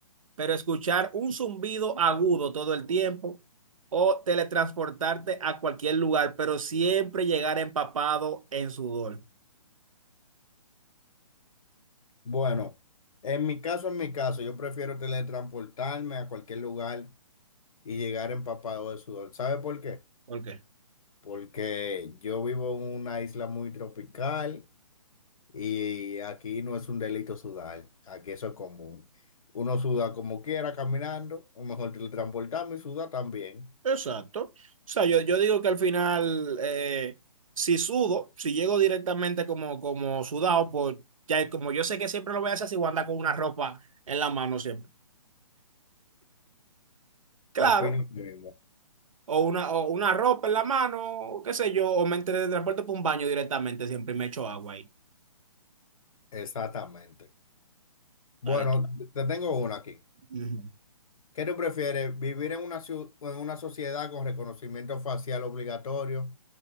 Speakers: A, on the right; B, on the left.
A: pero escuchar un zumbido agudo todo el tiempo o teletransportarte a cualquier lugar, pero siempre llegar empapado en sudor.
B: Bueno, en mi caso, en mi caso, yo prefiero teletransportarme a cualquier lugar y llegar empapado de sudor. ¿Sabe por qué?
A: ¿Por qué?
B: Porque yo vivo en una isla muy tropical y aquí no es un delito sudar, aquí eso es común. Uno suda como quiera caminando, o mejor teletransportarme y suda también.
A: Exacto. O sea, yo, yo digo que al final, eh, si sudo, si llego directamente como, como sudado, pues ya como yo sé que siempre lo voy a hacer, si voy a andar con una ropa en la mano siempre. Claro,
B: Opino lo mismo.
A: o una, o una ropa en la mano, qué sé yo, o me teletransporto por un baño directamente siempre y me echo agua ahí.
B: Exactamente. Bueno,
A: Dale tú.
B: te tengo una aquí.
A: Ujú.
B: ¿Qué te prefieres, vivir en una, ciu- en una sociedad con reconocimiento facial obligatorio